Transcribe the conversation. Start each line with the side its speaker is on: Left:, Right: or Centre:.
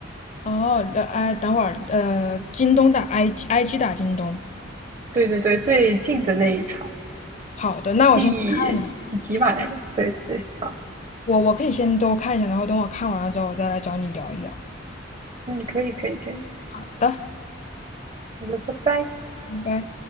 Left: 哦，呃，哎，等会儿，呃，京东打 i g i g 打京东。
Right: 对对对，最近的那一场，
Left: 好的，那我先去看一下，
Right: 第第几把来着？对对，好，
Left: 我我可以先都看一下，然后等我看完了之后，我再来找你聊一聊。
Right: 嗯，可以可以可以，
Left: 好的，
Right: 好的，拜拜。
Left: 拜拜。